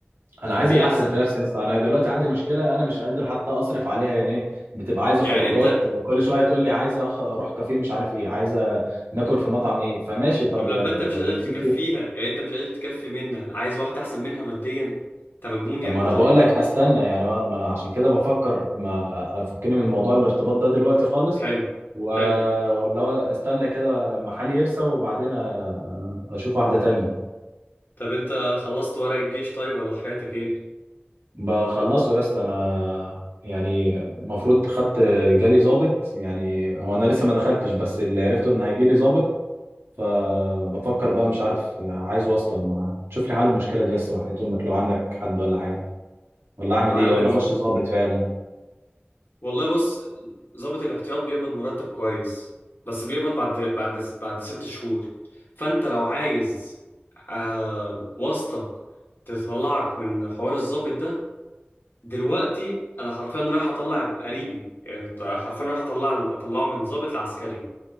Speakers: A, on the right; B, on the left.
A: انا
B: يعني
A: عايز
B: ليه
A: الاحسن
B: احسن
A: في نفسي اصلا انا دلوقتي عندي مشكله انا مش قادر حتى اصرف عليها يعني إيه، بتبقى عايزه
B: يعني
A: خروجات
B: انت
A: كل شويه تقول لي عايزه أخ- اروح كافيه مش عارف ايه عايزه ناكل في مطعم ايه فماشي طب
B: طب لما
A: يا
B: انت مش
A: طب
B: قادر
A: يا
B: تكفيها
A: ستي
B: يعني انت مش قادر تكفي منها عايز واحده احسن منها ماديا انت مجنون
A: طب
B: يا ابني
A: ما انا
B: طيب
A: بقول
B: ولا-
A: لك استنى يعني ما ما انا عشان كده بفكر ما افكني من موضوع الارتباط ده دلوقتي خالص
B: حلو
A: و...
B: حلو
A: ولا هو استنى كده اما حالي يرسى وبعدين أ- اشوف واحدة تانية
B: طب انت خلصت ورق الجيش طيب ولا حكايتك ايه
A: بخلصه يا اسطى انا يعني المفروض خدت جالي ظابط يعني هو انا لسه ما دخلتش بس اللي عرفته ان هيجي لي ظابط فبفكر بقى مش عارف عايز واسطة ما تشوف لي حل المشكلة دي يا اسطى وحياة امك لو عندك حد ولا حاجة ولا اعمل
B: يا معلم
A: ايه ولا اخش ظابط فعلا
B: والله بص ضابط الاحتياط بيقبض مرتب كويس بس بيقبض بعد بعد بعد ست شهور فانت لو عايز آه واسطة تطلعك من حوار الضابط ده دلوقتي انا حرفيا رايح اطلع قريبي يعني أنت حرفيا رايح اطلع اطلعه من ضابط لعسكري